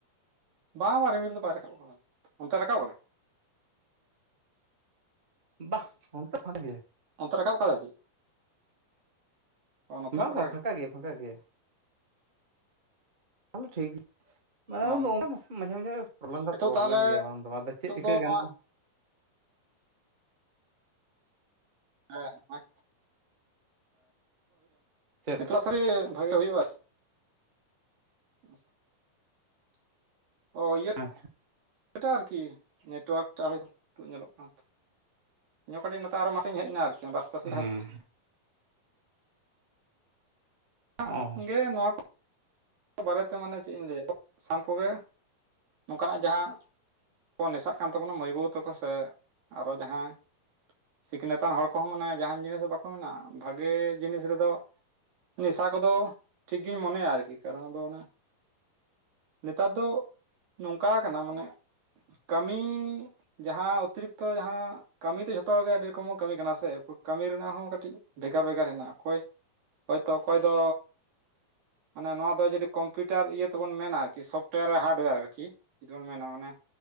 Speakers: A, on the right; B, on the right.
A: ᱵᱟ ᱵᱟ ᱨᱤᱢᱤᱞ ᱫᱚ ᱵᱟᱭ ᱨᱟᱠᱟᱵ ᱠᱟᱫᱟ, ᱚᱱᱛᱮ ᱨᱟᱠᱟᱵ ᱠᱟᱫᱟᱭ?
B: ᱵᱟᱦ ᱱᱚᱛᱮ <unintelligible>
A: ᱚᱱᱛᱮ ᱨᱟᱠᱟᱵ ᱠᱟᱫᱟ ᱥᱮᱪᱮᱫ? ᱱᱚᱛᱮ
B: ᱵᱟᱝ ᱵᱟᱝ ᱯᱷᱟᱸᱠᱟ
A: ᱜᱮ
B: ᱜᱮᱭᱟ ᱯᱷᱟᱸᱠᱟ ᱜᱮᱭᱟ ᱛᱟᱦᱚᱞᱮ ᱴᱷᱤᱠ ᱜᱮᱭᱟ᱾
A: ᱚ
B: ᱱᱚᱣᱟ ᱫᱚ ᱢᱟᱥᱮ ᱢᱟᱡᱷᱮ ᱢᱟᱡᱷᱮ ᱯᱨᱚᱵᱞᱮᱢ ᱫᱚᱭ
A: ᱱᱤᱛᱚᱜ
B: ᱯᱨᱚᱵᱞᱮᱢ
A: ᱛᱟᱦᱚᱞᱮ
B: ᱜᱮᱭᱟ ᱵᱟᱝ ᱫᱚ ᱵᱟᱝ ᱟᱫᱚ
A: ᱱᱤᱛᱚᱜ
B: ᱪᱮᱫ ᱪᱤᱠᱟᱹ
A: ᱫᱚ ᱱᱚᱣᱟ
B: ᱜᱟᱱᱚᱜᱼᱟ?
A: <unintelligible>
B: ᱪᱮᱫ
A: ᱱᱤᱛᱚᱜ ᱥᱟᱹᱨᱤ ᱵᱷᱟᱜᱮ ᱦᱩᱭᱩᱜᱼᱟ ᱟᱨ <inaudible> ᱚ ᱤᱭᱟᱹ
B: ᱟᱪᱪᱷᱟ
A: ᱟᱨᱠᱤ ᱱᱮᱴᱣᱟᱨᱠ ᱴᱟᱜ ᱧᱤᱛᱩᱜ ᱧᱮᱞᱚᱜ ᱠᱟᱱᱟ ᱛᱚ ᱤᱧ ᱦᱚᱸ ᱠᱟᱹᱴᱤᱡ ᱱᱚᱛᱮ ᱟᱨ ᱦᱚᱸ ᱢᱟᱴᱷ ᱥᱮᱡ ᱤᱧ ᱦᱮᱡ ᱮᱱᱟ ᱟᱨᱠᱤ ᱨᱟᱥᱛᱟ ᱥᱮᱡ ᱛᱟᱦᱮᱸ
B: ᱦᱮᱸ
A: ᱠᱟᱱᱟ᱾ <unintelligible>
B: ᱚ
A: ᱜᱮ ᱱᱚᱣᱟ ᱠᱚ ᱱᱚᱣᱟ ᱵᱟᱦᱨᱮ ᱛᱮ ᱢᱟᱱᱮ ᱪᱮᱫ ᱤᱧ ᱞᱟᱹᱭᱟ ᱥᱟᱱᱟᱢ ᱠᱚᱜᱮ ᱱᱚᱝᱠᱟᱱᱟᱜ ᱡᱟᱦᱟᱸ ᱠᱚ ᱱᱮᱥᱟᱜ ᱠᱟᱱ ᱛᱟᱵᱚᱱᱟ ᱢᱟᱹᱭ ᱵᱟᱹᱵᱩ ᱛᱟᱠᱚ ᱥᱮ ᱟᱨᱚ ᱡᱟᱦᱟᱸ ᱥᱤᱠᱷᱱᱟᱹᱛᱟᱱ ᱦᱚᱲ ᱠᱚᱦᱚᱸ ᱢᱟᱱᱮ ᱡᱟᱦᱟᱸᱱ ᱡᱤᱱᱤᱥ ᱵᱟᱠᱚ ᱢᱮᱱᱟ ᱵᱷᱟᱜᱮ ᱡᱤᱱᱤᱥ ᱨᱮᱫᱚ ᱱᱮᱥᱟ ᱠᱚᱫᱚ ᱴᱷᱤᱠ ᱜᱤᱧ ᱢᱚᱱᱮᱭᱟ ᱟᱨᱠᱤ ᱠᱟᱨᱚᱱ ᱫᱚ ᱚᱱᱟ ᱱᱮᱛᱟᱨ ᱫᱚ ᱱᱚᱝᱠᱟ ᱠᱟᱱᱟ ᱢᱟᱱᱮ ᱠᱟᱹᱢᱤ ᱡᱟᱦᱟᱸ ᱚᱛᱤᱨᱤᱠᱛᱚ ᱡᱟᱦᱟᱸ ᱠᱟᱹᱢᱤ ᱫᱚ ᱡᱷᱚᱛᱚ ᱦᱚᱲ ᱜᱮ ᱟᱹᱰᱤ ᱨᱚᱠᱚᱢ ᱵᱚ ᱠᱟᱹᱢᱤ ᱠᱟᱱᱟ ᱥᱮ ᱮᱨᱯᱚᱨ ᱠᱟᱹᱢᱤ ᱨᱮᱱᱟᱜ ᱦᱚᱸ ᱠᱟᱹᱴᱤᱡ ᱵᱷᱮᱜᱟᱨ ᱵᱷᱮᱜᱟᱨ ᱦᱮᱸᱱᱟᱜᱼᱟ ᱚᱠᱚᱭ ᱦᱚᱭ ᱛᱚ ᱚᱠᱚᱭ ᱫᱚ ᱢᱟᱱᱮ ᱱᱚᱣᱟ ᱫᱚ ᱡᱩᱫᱤ ᱠᱚᱢᱯᱤᱭᱩᱴᱟᱨ ᱤᱭᱟᱹ ᱛᱮᱵᱚᱱ ᱢᱮᱱᱟ ᱟᱨᱠᱤ ᱥᱚᱯᱴᱚᱭᱟᱨ ᱦᱟᱨᱰᱚᱭᱟᱨ ᱟᱨᱠᱤ᱾ ᱡᱩᱫᱤ ᱵᱚᱱ ᱢᱮᱱᱟ ᱚᱱᱮ